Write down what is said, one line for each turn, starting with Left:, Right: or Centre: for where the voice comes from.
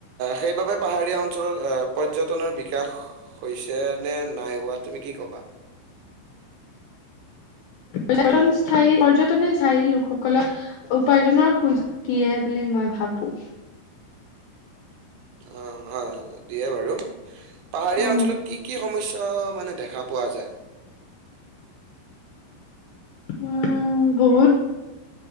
Right: সেইবাবে পাহাৰীয়া অঞ্চলৰ আহ- পৰ্যটনৰ বিকাশ হৈছে নে নাই হোৱা তুমি কি ক'বা?
Left: পৰ্যটন স্থায়ী পৰ্যটনে স্থায়ী লোকসকলক উপাৰ্জনৰ সুযোগ দিয়ে বুলি, মই ভাবো।
Right: <inaudible> অ হয় দিয়ে বাৰু। পাহাৰীয়া
Left: উম।
Right: অঞ্চলত কি কি সমস্যা মানে দেখা পোৱা যায়?
Left: উম বহুত,